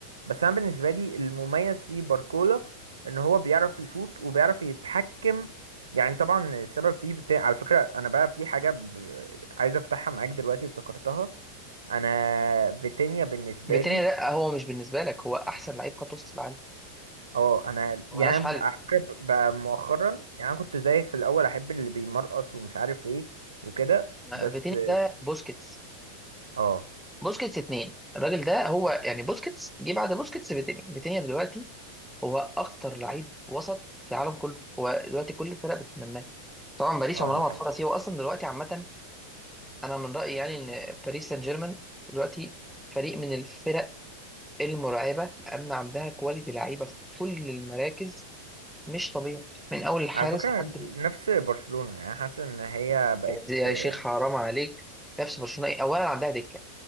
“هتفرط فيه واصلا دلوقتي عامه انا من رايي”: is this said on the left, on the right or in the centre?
Centre